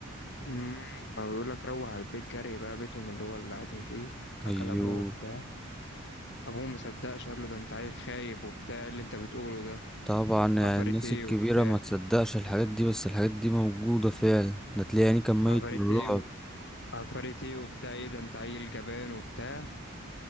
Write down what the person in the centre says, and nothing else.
ايوه
طبعا يعني
الناس
الكبيرة
ما تصدقش الحاجات دي بس الحاجات دي موجودة فعلا ده تلاقي يعني كان ميت
من الرعب